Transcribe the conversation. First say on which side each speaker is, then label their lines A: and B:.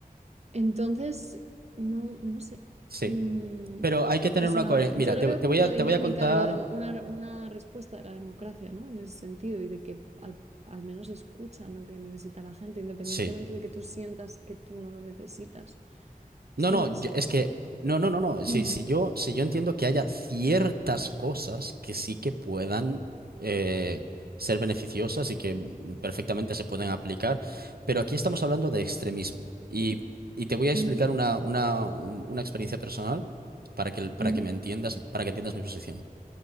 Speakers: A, on the right; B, on the right.
A: Entonces, no, no sé.
B: Sí.
A: Mm,
B: Pero hay que tener
A: o sea,
B: una coherencia.
A: yo
B: Mira,
A: lo
B: te,
A: veo
B: te
A: como
B: voy
A: una
B: a, te
A: dinámica
B: voy a contar.
A: de la demo- una, una respuesta de la democracia, ¿no? En ese sentido, y de que al, al menos escuchan lo que necesita la gente, independientemente
B: Sí.
A: de que tú sientas que tú no lo necesitas,
B: No,
A: ¿sabes?
B: no, yo- es que. No, no, no, no. Sí,
A: Mm,
B: sí, yo, si yo entiendo que haya ciertas cosas que sí que puedan eh, ser beneficiosas y que perfectamente se pueden aplicar. Pero aquí estamos hablando de extremismo. Y, y te voy a
A: ujú,
B: explicar una, una, un- una experiencia personal para que, para
A: ujú,
B: que me entiendas, para que entiendas mi posición.